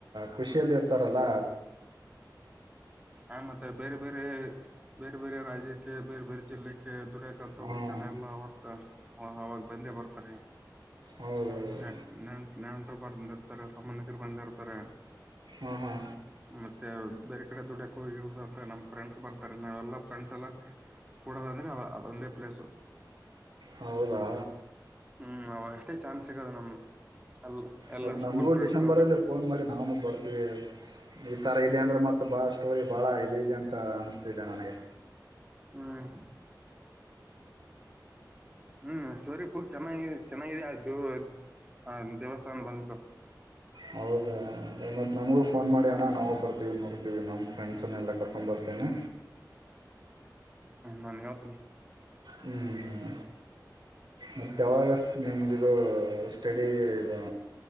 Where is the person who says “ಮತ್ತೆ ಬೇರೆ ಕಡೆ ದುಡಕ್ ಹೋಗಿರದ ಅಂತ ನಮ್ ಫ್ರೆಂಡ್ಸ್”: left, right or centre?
Right